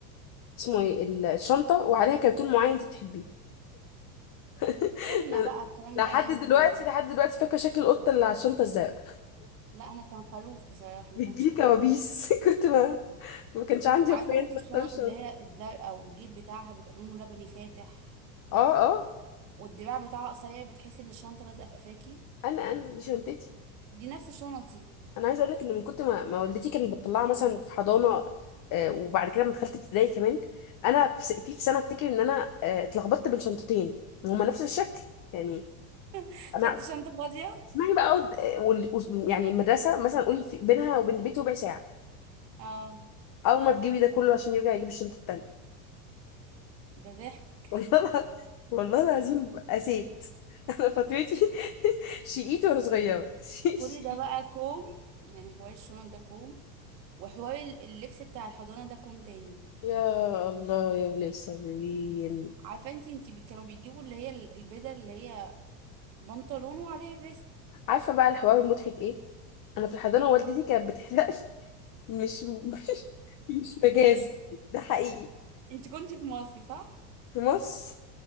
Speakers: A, on the left; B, on the right.
A: اسمه ايه ال- الشنطه وعليها كرتون معين انت بتحبيه <laughs>
B: كنا
A: أنا
B: بقى الكلام
A: لحد
B: ده ايام
A: دلوقتي
B: زمان
A: لحد دلوقتي فاكره شكل القطه اللي على الشنطه الزرقاء
B: لا انا كان خروف بصراحة ما
A: بتجيلي
B: كانش قطة
A: كوابيس <laughs> كنت ما كانش عندي
B: عارفه
A: اخوان
B: انت الشنط
A: بختار شنطه
B: اللي هي الزرقاء والجيب بتاعها بيبقى لونه لبني فاتح
A: اه اه
B: والدراع بتاعها قصير بتحسي ان الشنطه لازقه في قفاكي
A: انا انا دي شنطتي
B: دي نفس شنطي
A: انا عايزه اقول لك ان من كنت ما, ما والدتي كانت بتطلعها مثلا في حضانه آه وبعد كده لما دخلت ابتدائي كمان انا في س- في في سنه افتكر ان انا آه اتلخبطت بين شنطتين وهما نفس الشكل يعني
B: <laughs>
A: انا
B: خدت شنطه فاضيه
A: اسمعي بقى أقعد، آه، وال- وال- يعني المدرسه مثلا قولي في بينها وبين البيت ربع ساعه
B: اه
A: اول ما تجيبي ده كله عشان يرجع يجيب الشنطه التانيه
B: ده ضحك
A: <laughs> والله الع- والله العظيم قسيت <laughs> انا فاتوتي <laughs> شقيت وانا صغيره <laughs>
B: كل ده بقى كوم يعني حوار الشنط ده كوم وحوار ال- اللبس بتاع الحضانه ده كوم تاني
A: يا الله يا ولي الصابرين
B: عارفه انت انت بي... كانوا بيجيبوا اللي هي ال- البدل اللي هي بنطلون وعليها فيست
A: عارفه بقى الحوار المضحك ايه انا في الحضانه
B: ايه
A: والدتي كانت بتحلق لي. مش مش <laughs> مش مجاز ده حقيقي
B: انت كنتي في مصر صح
A: في مصر